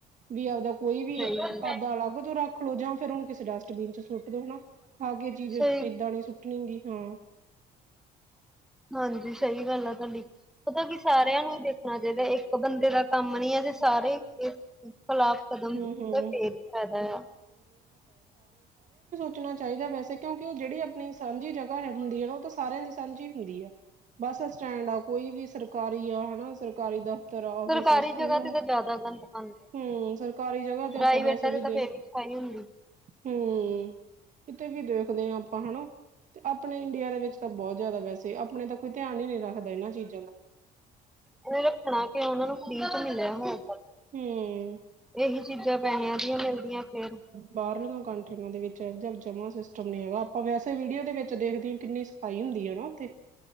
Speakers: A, on the right; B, in the centre.
A: ਵੀ ਆਪਦਾ ਕੋਈ ਵੀ
B: ਸਹੀ
A: ਆਪਦਾ
B: ਗੱਲ ਹੈ।
A: ਅਲੱਗ ਤੋ ਰਾੱਖ ਲੋ ਜਾ ਫੇਰ ਓਨੂੰ ਕਿਸੇ ਡਸਟਬਿਨ ਚ ਸੋਟ ਦੋ ਹਣਾ। ਖਾ ਕੇ ਚੀਜ
B: ਸਹੀ
A: ਏਦਾ ਨੀ ਸੁੱਟਣੀ ਗ ਹਾਂ।
B: ਹਾਂਜੀ ਸਈ ਗਾੱਲ ਆ ਤੁਆਡੀ, ਪਤਾ ਕਿ ਸਾਰੇਆਂ ਨੂੰ ਈ ਦੇਖਣਾ ਚਾਈਦਾ ਏਕ ਬਂਦੇ ਦਾ ਕਾੱਮ ਨੀ ਐ ਅਸੀ ਸਾਰੇ ਈ ਖਲਾਫ ਕਦਮ
A: ਹੂੰ
B: ਤੇ
A: ਹੂੰ
B: ਫੇਰ ਈ ਫੈਦਾ ਯਾ।
A: ਪੁਛਣਾ ਚਾਹੀਦਾ, ਵੈਸੇ ਕਿਉਂਕਿ ਐਓ ਜੇਹੜੀ ਆਪਣੀ ਸਾਂਝੀ ਜਗ੍ਹਾ ਹੈ ਹੁੰਦੀ ਹੈ, ਨਾ ਓ ਤਾਂ ਸਾਰਿਆਂ ਦੀ ਸਾਂਝੀ ਹੁੰਦੀ ਹੈ। ਬੱਸ ਸਟੈਂਡ ਆ, ਕੋਈ ਵੀ ਸਰਕਾਰੀ ਆ, ਹਨਾ ਸਰਕਾਰੀ ਦਾ ਤੇਰਾ ਔਫਿਸ
B: ਸਰਕਾਰੀ
A: ਆ, ਸਕੂਲ
B: ਜਗ੍ਹਾ ਤੇ
A: ਆ,
B: ਤਾਂ ਜ਼ਿਆਦਾ ਗੰਦ ਪਾਉਂਦੇ
A: ਹੂੰ। ਸਰਕਾਰੀ ਜਗ੍ਹਾ ਤੇ
B: ਪ੍ਰਾਈਵੇਟਾਂ
A: ਆਪਾਂ ਵੈਸੇ ਵੀ
B: ਤੇ ਤਾਂ
A: ਦੇਖ
B: ਫੇਰ ਸਫਾਈ ਹੁੰਦੀ
A: ਹੂੰ, ਕਿਤੇ ਵੀ ਦੇਖਦੇ ਹਾਂ, ਆਪਾਂ ਹਨਾ ਤੇ ਆਪਣੇ ਇੰਡੀਆ ਦੇ ਵਿੱਚ ਤਾਂ ਬੋਤ ਜ਼ਿਆਦਾ ਵੈਸੇ, ਆਪਣੇ ਤਾਂ ਕੋਈ ਧਿਆਨ ਹੀ ਨਹੀਂ ਰੱਖਦਾ, ਏਨਾਂ ਚੀਜ਼ਾਂ ਦਾ।
B: ਓਨੇ ਰੱਖਣਾ ਕਿਉ, ਓਨਾ ਨੂੰ ਫਰੀ ਚ ਮਿਲਿਆ ਹੋਐ।
A: ਹਮ
B: ਏਹੀ ਚੀਜ਼ਾਂ ਪੈਸਿਆਂ ਦੀਆਂ ਮਿਲਦੀਆਂ ਫੇਰ।
A: ਬਾਰਲੀਆਂ ਕੰਟਰੀਆਂ ਦੇ ਵਿੱਚ ਐਹੋ ਜਿਹਾ, ਜਮਾ ਸਿਸਟਮ ਨੀ ਹੈਗਾ, ਆਪਾਂ ਵੈਸੇ ਵੀਡੀਓ ਦੇ ਵਿੱਚ ਦੇਖਦੇ ਹਾਂ, ਕਿੰਨੀ ਸਫਾਈ ਹੁੰਦੀ ਹੈ, ਨਾ ਉੱਥੇ।